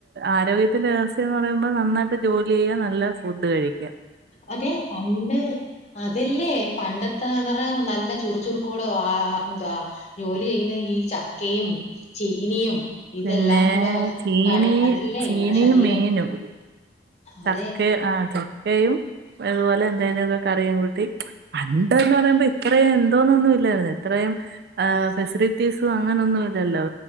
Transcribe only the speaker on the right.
ആരോഗ്യത്തിൻ്റെ രഹസ്യന്ന് പറയുമ്പോൾ നന്നായിട്ട് ജോലി ചെയ്യുക നല്ല ഫുഡ് കഴി.
പിന്നെ
ചീനി
ചീനിയും
മീനും
ചക്ക ആഹ് ചക്കയും അതുപോലെ എന്തായാലും ഒക്കെ കറിയും കൂട്ടി പണ്ട്ന്ന് പറയുമ്പോ ഇത്രയും എന്തോന്നൊന്നുല്ല ഇല്ലായിരുന്നു ഇത്രയും ആഹ് ഫെസിലിറ്റീസും അങ്ങനൊന്നും ഇല്ലല്ലോ